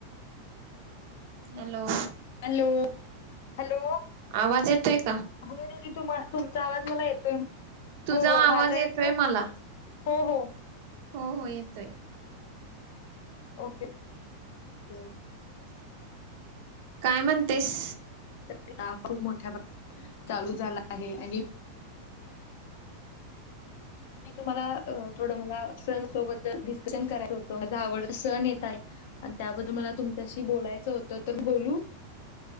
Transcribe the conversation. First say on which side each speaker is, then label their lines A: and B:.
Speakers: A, on the right (about 45°); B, on the left (about 50°).
A: हॅलो.
B: Hello hello.
A: आवाज येतोय का
B: हो दीदी तुम्हा-तुमचा आवाज मला येतोय.
A: तुझा
B: हो हो माझा
A: आवाज
B: येतोय
A: मला
B: हो हो.
A: हो हो येतोय.
B: ओके ओके ओ
A: काय म्हणतेस.
B: सध्या खूप मोठ्या प्रमाणात चालू झाला आहे आणि मी तुम्हाला थोडं मला सण सोबत डिस्कशन करायचं होतं माझ आवडता सण येत आहे आणि त्याबद्दल मला तुमच्याशी बोलायचं होतं तर बोलू